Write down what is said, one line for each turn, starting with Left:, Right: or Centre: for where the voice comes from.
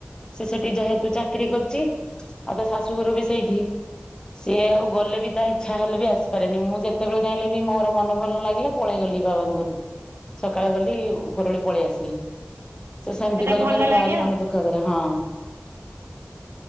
Left: ସେ ସେଠି ଯେହେତୁ ଚାକିରି କରିଚି ଆଉ ତା ଶାଶୁଘର ବି ସେଇଠି। ସିଏ ଆଉ ଗଲେ ବି ତାଇ ଇଚ୍ଛା ହେଲେ ବି ଆସିପାରେନି ମୁଁ ଯେତେବେଳେ ଚାହିଁଲେ ବି ମୋର ମନ ଭଲ ଲାଗିଲା ପଳେଇ ଗଲି ବାବାଙ୍କ ଘରକୁ। ସକାଳେ ଗଲି ଉପରବେଳି ପଳେଇ ଆସିଲି। ସେ ସେମିତି
Right: ସେଇଟା
Left: କରିପାରେ
Right: ଭଲ ଲାଗେ
Left: ବାଆରି ମନ
Right: ଆଉ।
Left: ଦୁଃଖ କରେ ହଁ। <inaudible>